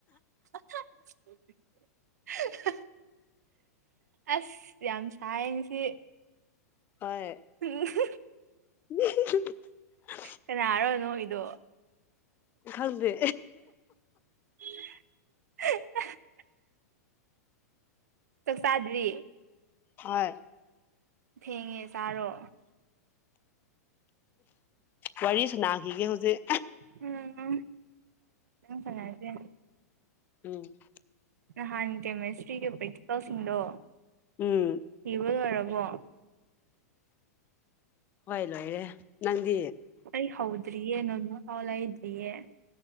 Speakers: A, on the right; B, on the left.
A: <inaudible> ꯑꯁ ꯌꯥꯝ ꯁꯥꯏ ꯉꯁꯤ
B: ꯍꯣꯏ
A: ꯄꯨꯅꯤ <unintelligible>
B: <unintelligible>
A: ꯀꯅꯥꯔꯣ ꯅꯣꯛꯏꯗꯣ
B: ꯈꯪꯗꯦ
A: <unintelligible> ꯆꯥꯛ ꯆꯗ꯭ꯔꯤ
B: ꯍꯣꯏ
A: ꯊꯦꯡꯉꯦ ꯆꯥꯔꯣ
B: ꯋꯥꯔꯤ ꯁꯅꯥꯈꯤꯒꯦ ꯍꯧꯖꯤꯛ
A: ꯎꯝ ꯐꯅꯗꯦ
B: ꯎꯝ
A: ꯅꯍꯥꯟ ꯀꯦꯃꯤꯁꯇ꯭ꯔꯤꯒꯤ ꯄ꯭ꯔꯦꯛꯛꯁꯄꯔꯁꯤꯡꯗꯣ
B: ꯎꯝ
A: ꯏꯕ ꯑꯣꯏꯔꯕꯣ
B: ꯍꯣꯏ ꯂꯣꯏꯔꯦ ꯅꯪꯗꯤ
A: ꯑꯩ ꯍꯧꯗ꯭ꯔꯤꯌꯦꯦ ꯅꯣꯕꯨ ꯍꯥꯎꯂꯥꯏꯗ꯭ꯔꯤꯌꯦꯦ